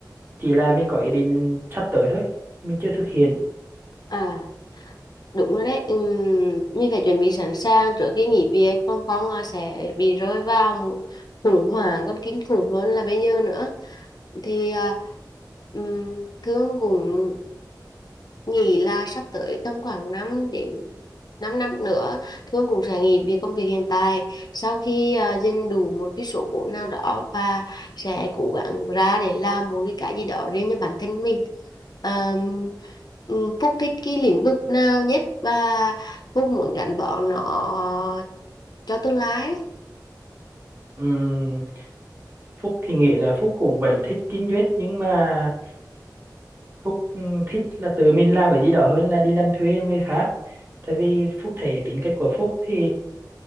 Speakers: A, on the right (about 30°); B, on the left (about 65°).
A: chỉ là mình có ý định sắp tới thôi mình chưa thực hiện
B: À, đúng rồi đấy. Ừm, mình phải chuẩn bị sẵn sàng trước khi nghỉ việc, còn không là sẽ bị rơi vào một khủng hoảng còn kinh khủng hơn là bây giờ nữa. Thì à, ừm, Thương cũng nghĩ là sắp tới tầm khoảng 5 đến 5 năm nữa Thương cũng sẽ nghỉ việc công việc hiện tại sau khi uh, dành đủ một cái số vốn nào đó và sẽ cố gắng ra để làm một cái cái gì đó riêng cho bản thân mình Ờ, ừm, Phúc thích cái lĩnh vực nào nhất và Phúc muốn gắn bó nó cho tương lai ấy.
A: Ừm, Phúc thì nghĩ là Phúc cũng vẫn thích kinh doanh nhưng mà Phúc ừm, thích là tự mình làm cái gì đó hơn là đi làm thuê cho người khác tại vì Phúc thấy tính cách của Phúc thì